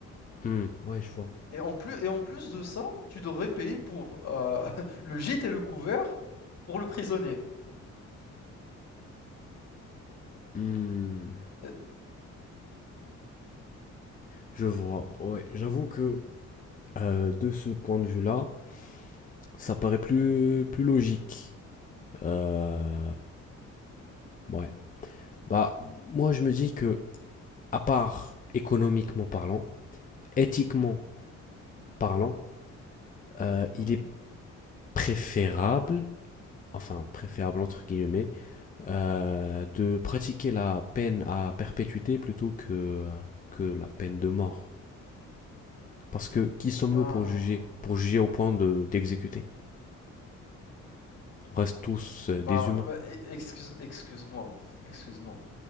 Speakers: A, on the left (about 25°); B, on the left (about 55°).
A: Hmm, ouais, je vois.
B: Et en plus, et en plus de ça, tu devrais payer pour euh, <laughs> le gîte et le couvert pour le prisonnier.
A: Hmm,
B: Euh,
A: je vois. Ouais, j'avoue que euh, de ce point de vue-là, ça paraît plus, plus logique. Euh, Ouais. Bah, moi, je me dis que, à part économiquement parlant, éthiquement parlant, euh, il
B: Oui.
A: est préférable, enfin préférable entre guillemets, euh, de pratiquer la peine à perpétuité plutôt que, euh, que la peine de mort. Parce que qui sommes-nous
B: Ah.
A: pour juger Pour juger au point de- d'exécuter. On reste tous euh,
B: Ben,
A: des humains.
B: bah, e excuse excuse-moi, excuse-moi.